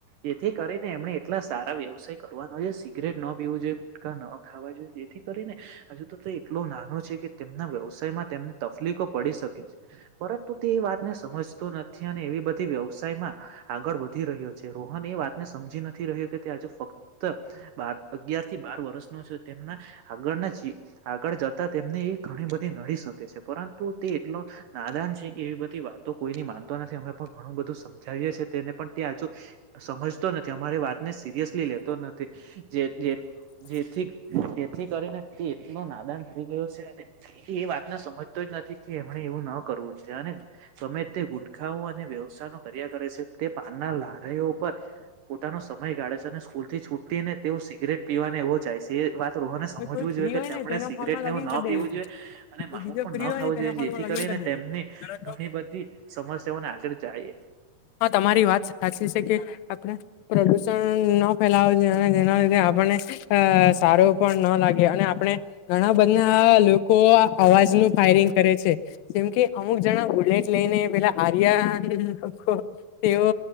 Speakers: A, on the right; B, on the left.
A: જેથી કરીને એમણે એટલા સારા વ્યવસાય કરવાનો છે, સિગરેટ ન પીવું જોઈએ, ગુટકા ન ખાવા જેથી કરીને હજુ તો એટલો નાનો છે કે તેમના વ્યવસાયમાં તેમને ત બી કો પડી શકે છે પરંતુ તે વાતને સમજ તો નથી અને એવી બધી વ્યવસાયમાં આગળ વધી રહ્યો છે રોહન એ વાત ને સમજી નથી રહ્યો કે તે આજે ફક્ત બ અગયાર થી બાર વર્ષનો છે તેમના આગળના આગળ જતા તેમને એ ઘણી બધી નડી શકે છે. તો તે એટલો નાદાન છે કે એવી બધી વાતો કોઈની માનતો નથી અમે પણ ઘણું બધું સમજાવીએ છીએ તે ને પણ <unintelligible> સમજતો નથી અમારી વાતને સિરિયસલી લેતો નથી જે તે જેથી જેથી કરીને તે એટલો નાદાન હુઈ ગયો છે અને એ વાતને સમજતો જ નથી કે એમને એવું ન કરવું છે અને તમે તે ગુટખાઓ અને વ્યવસથાયો કર્યા કરે છે તે પાનના લારઓ પર નો સમય ગાળે છે અને સ્કૂલ થી છૂટી ને તેઓ સિગરેટ પીવાને એવો જાય છે એ વાત <unintelligible> ને સમજવું
B: હોય કોઈ
A: જોઈએ
B: ફ્રી
A: કે
B: હોય
A: તેમણે
B: ને તેના
A: સિગરેટને
B: ફોનમાં લોગીન
A: એવું ન
B: કરી દે
A: પીવું
B: છે
A: જોઈએ અને માવું
B: બીજો ફ્રી
A: ન
B: હોય
A: ખાવ
B: ને તેના
A: જોઈએ
B: ફોનમાં
A: જેથી
B: લોગીન
A: કરીને
B: કરી
A: તેમની
B: દે
A: ઘણી બધી સમસ્યાઓને આગળ જાયએ
B: હા તમારી વાત સાચી છે કે આપણે પ્રદુષણ ન ફેલાવ જેના લીધે આપને અ સારો પણ ના લાગે અને આપણે ઘણા બન્ધા લોકો અવાજ નું ફાયરિંગ કરે છે જેમ કે અમુક જણા બુલેટ લઈને પેલા આર્યા લોકો તેઓ